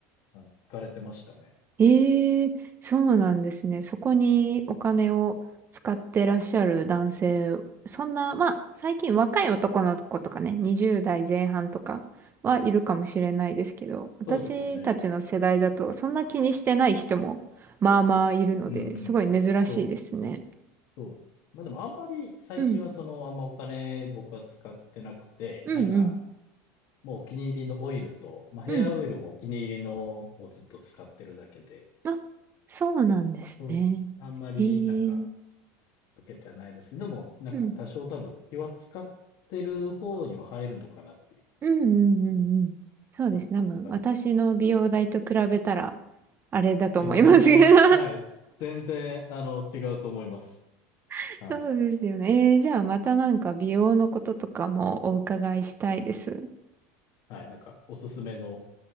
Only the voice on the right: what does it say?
ええ、そうなんですね。そこにお金を使ってらっしゃる男性、そんな、まあ、最近若い男の子とかね、20代前半とかはいるかもしれないですけど、私たちの世代だと、
そんな気にしてない人も、まあまあいるので、
すごい珍しいですね。
うん、
うん、
うん、
うん。あ、そうなんですね。
ええ、
うん。うんうんうんうん。そうですね。
多分私の美容代と比べたら、あれだと思いますけど。
<laughs>
そうですよね。えーじゃあまたなんか美容のこととかもお伺いしたいです。